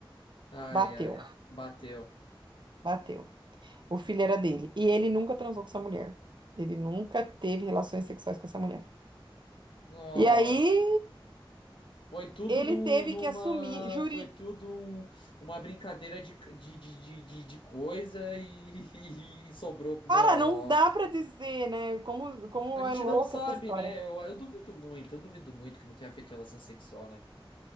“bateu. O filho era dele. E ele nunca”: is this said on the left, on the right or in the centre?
Right